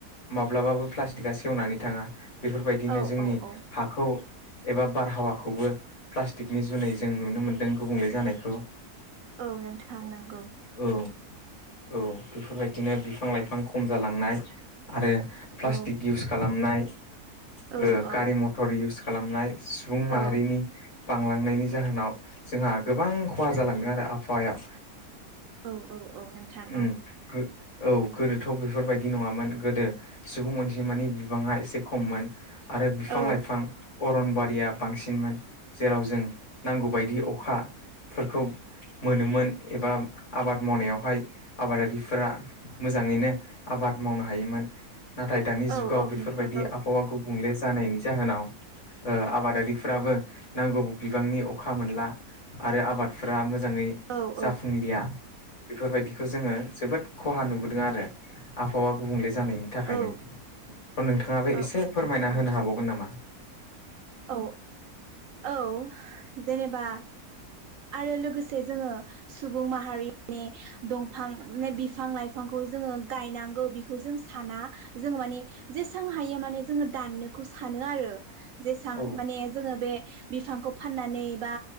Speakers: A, on the left; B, on the right.
A: माब्लाबाबो प्लास्टिक बिखा सेवनानै थाङा बेफोरबायदिनो
B: औ
A: जोंनि
B: औ
A: हाखौ एबा बारहावाखौबो प्लास्टिकनि जुनै जों नुनो मोनदों गुबुंले जानायखौ।
B: औ नोंथां नंगौ।
A: औ औ बेफोरबायदिनो बिफां लाइफां खम जालांनाय आरो प्लास
B: औ
A: तिक इउस खालामनाय
B: औ
A: <inaudible> ओ
B: औ
A: गारि-मथर इउस खालामनाय सुबुं माहारिनि
B: औ
A: बांलांनायनि जाहोनाव जोंहा गोबां खहा जालांदों आरो आबहावायाव।
B: औ औ औ नोंथां
A: उम
B: औ
A: गो औ गोदोथ' बेफोरबायदि नङामोन गोदो सुबुं अनजि जिमानि बिबाङा एसे खममोन। आरो बिफां
B: औ
A: लाइफां अरनबारिया बांसिनमोन जेराव जों नांगौ बायदि अखा फोरखौ मोनोमोन एबा आबाद मावनायावहाय आबादारिफोरा मोजाङैनो आबाद मावनो हायोमोन नाथाय दानि
B: औ
A: जुगाव
B: औ
A: बेफोरबायदि
B: नोंथां औ
A: आबहावा गुबुंले जानायनि जाहोनाव ओ आबादारिफ्राबो नांगौ बिबांनि अखा मोनला आरो आबाद फोरा मोजाङै
B: औ
A: जाफुंलिया
B: औ
A: बेफोरबायदिखौ जोङो जोबोद खहा नुबोदों आरो आब अ गुबुंले ज जानायनि थाखायनो।
B: औ
A: थ नोंथाङाबो
B: औ
A: एसे
B: औ
A: फोरमायना
B: नोंथां
A: होनो हाबावगोन नामा?
B: औ औ औ जेनेबा आरो लोगोसे जोङो सुबुं माहारि नि दंफां ने बिफां लाइफांखौ जोङो गायनांगौ बेखौ जों साना जोङो माने जेसांवहायो माने जोङो दाननोखौ सानो आरो जेसां
A: औ
B: माने जोङो बे बिफांखौ फाननानै बा